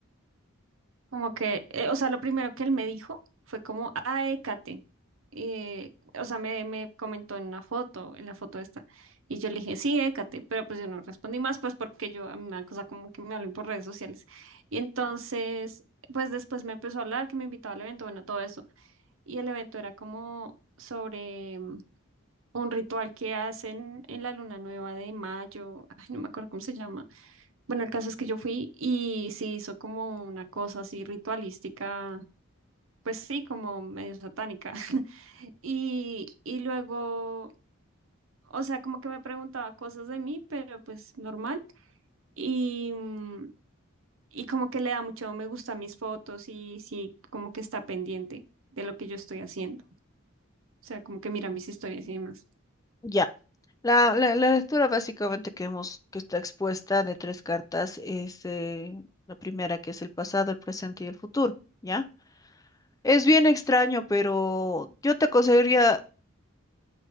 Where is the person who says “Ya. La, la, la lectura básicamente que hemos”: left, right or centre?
Left